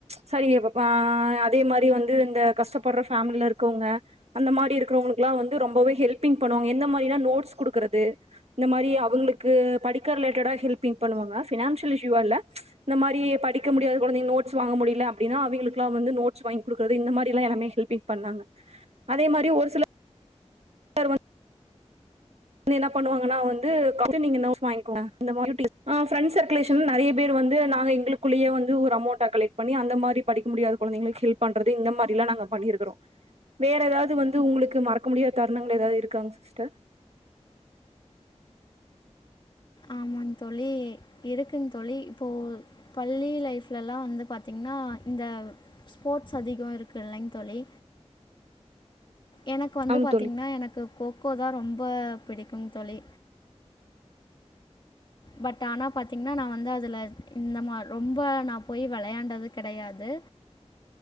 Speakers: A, on the right; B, on the left.
A: சரி ஆ அதே மாரி வந்து இந்த கஷ்ட்டப்பற ஃபேமிலில இர்க்கவுங்க அந்த மாரி இரு க்றவங்களுக்லா வந்து ரொம்பவே ஹெல்பிங் பண்ணுவாங்க எந்த மாரினா நோட்ஸ் குடுக்குறது இந்த மாரி அவுங்களுக்கு படிக்க ரிலேட்டடா ஹெல்பிங் பண்ணுவாங்க ஃபினான்சியல் இஷுயூவால இந்த மாரி படிக்க முடியாத கொழந்தைங்க நோட்ஸ் வாங்க முடியில அப்டின்னா அவிங்களுக்லா வந்து நோட்ஸ் வாங்கி குடுக்குறது இந்த மாரிலா எல்லாமே ஹெல்பி பண்ணாங்க அதே மாரி ஒரு சில <inaudible> வந் என்ன பண்ணுவாங்கனா வந்து <unintelligible> வாங்கிக்கோங்க அ ஃபிரண்ட்ஸ் சர்குலேஷன் நிறைய பேர் வந்து நாங்க எங்களுக்குள்ளயே வந்து ஒரு அமௌண்டா கெலக்ட் பன்னி அந்த மாரி படிக்க முடியாத குழந்தைகளுக்கு ஹெல்ப் பண்றது இந்த மாரிலா நாங்க பண்ணிருக்கிறோ வேற எதாவது வந்து உங்களுக்கு மறக்க முடியாத தருணங்கள் எதாவது இருக்காங் சிஸ்டர்
B: ஆமாங் தோழி இருக்குங் தோழி இப்போ பள்ளி லைஃப்லல்லா வந்து பாத்தீங்கன்னா இந்த ஸ்போர்ட்ஸ் அதிகோ இருக்குல்லைங் தோழி எனக்கு வந்து
A: ஆம்
B: பாத்தீங்ன்னா
A: தோழி
B: எனக்கு கோக்கோ தா ரொம்ப பிடிக்கும் தொழி பட் ஆனா பாத்தீங்ன்னா நா வந்து அதுல இந்த மா ரொம்ப நா போய் வெளையாண்டது கெடையாது